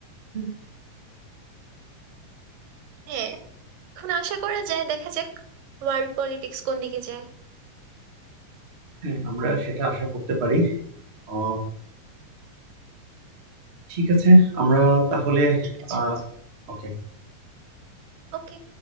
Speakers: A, on the right; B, on the right.
A: হুম,
B: হ্যাঁ এখন আশা করা যায় দেখা যাক ওয়ার্ল্ড পলিটিক্স কোন দিকে যায়
A: হ্যাঁ আমরা সেটা আশা করতে পারি আহ, ঠিক আছে আমরা তাহলে
B: ঠিক আছে
A: আহ ওকে
B: ওকে